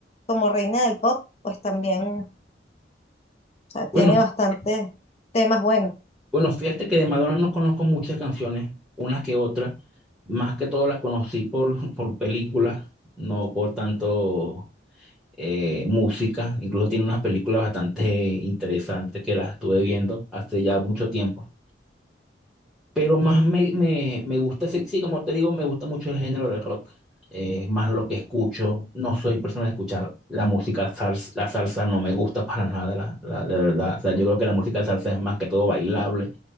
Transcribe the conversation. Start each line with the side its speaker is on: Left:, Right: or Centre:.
Left: como reina del pop, pues también, o sea, tiene
Centre: Bueno,
Left: bastantes temas buenos.
Centre: bueno, fíjate que de Madonna no conozco muchas canciones, unas que otras, más que todo las conocí por, <laughs> por películas, no por tanto eh, música, incluso tiene unas películas bastante interesantes que las estuve viendo hace ya mucho tiempo. Pero más me, me, me gusta, ese- sí, como te digo, me gusta mucho el género del rock. Eh, Es más lo que escucho, no soy persona de escuchar la música salsa, la salsa no me gusta para nada, la, la- de verdad. O sea, yo creo que la música salsa es más que todo bailable